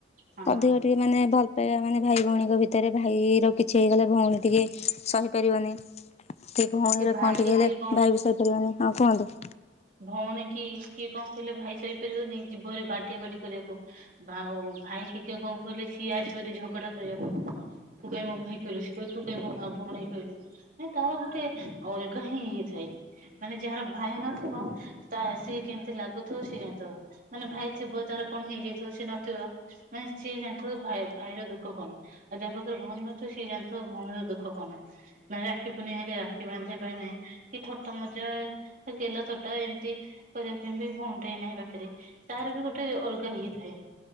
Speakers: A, on the right (about 45°); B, on the left (about 35°).
A: ହଁ।
B: ଅଧିକ ଟିକେ ମାନେ ଭଲ ପାଇବା ମାନେ ଭାଇ ଭଉଣୀଙ୍କ ଭିତରେ ଭାଇ ର କିଛି ହେଇଗଲା ଭଉଣୀ ଟିକେ ସହି ପାରିବନି ଟିକେ ଭଉଣୀରେ
A: ସେ ଭାଇ
B: କଣ ଟିକେ
A: କି
B: ହେଲେ
A: କିଏ କଣ
B: ଭାଇ ଭି ସହିପାରିବନି ହଁ କୁହନ୍ତୁ।
A: ଭଉଣୀ କି କିଏ କଣ କହିଲେ ଭାଇ ସହିପାରିବନି ଯୀବଭାରି ବାଡିଆ ବାଡି କରିବାକୁ। ବା ଆଉ ଭାଇ କିିଏ କଣ କହିଲେ ସିଏ ଆସିବ ଝଗଡା କରିବାକୁ। ତୁ କାଇ ମୋ ଭାଇ କିହିଲୁ ସେ କହିବ ତୁ କାଇ ମୋଁ ଭଉଣି କୁ କହିଲୁ। ମାନ ତାର ଗୋଟେ ଅଲଗା ହିଁ ଇଏ ଥାଏ ମାନେ ଯାହାର ଭାଇ ନ ସିଏ କେମିତି ଲାଗୁଥିବ ସିଏ ଜାଣିଥବ। ମାନେ ଭାଇ ଥିବ ତାର କଣ ହେଇଯାଇଥିବ ସିଏ ନଥିବ ମାନେ ସିଏ ଜାଣିଥିବ ଭାଇ ଭାଇର ଦୁଃଖ କଣ ଆ ଯାହା ପାଖରେ ଭଉଣୀ ନଥିବା ସିଏ ଜାଣିଥିବ ଭଉଣୀର ଦୁଃଖ କଣ। ମାନେ ରାକ୍ଷୀ ପୂର୍ଣ୍ଣିମା ହେଲେ ରାକ୍ଷୀ ବାନ୍ଧିବା ପାଇଁ ନାଇଁ କି ଛୋଟ ମଜା ଗେଲ ଟା ଏମିତି କରିବା ପାଇଁ ବି ଭଉଣି ଟେ ହେଇ ନାହିଁ ପାଖରେ ତାର ବି ଗୋଟେ ଅଲଗା ହେଇଥାଏ।